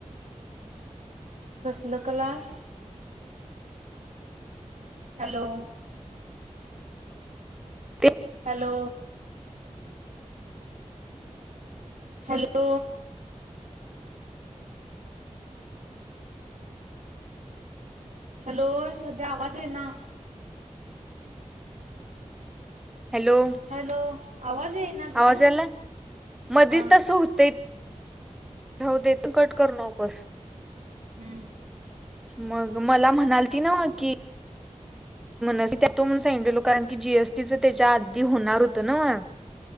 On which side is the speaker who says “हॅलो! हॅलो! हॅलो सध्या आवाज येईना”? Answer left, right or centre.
Right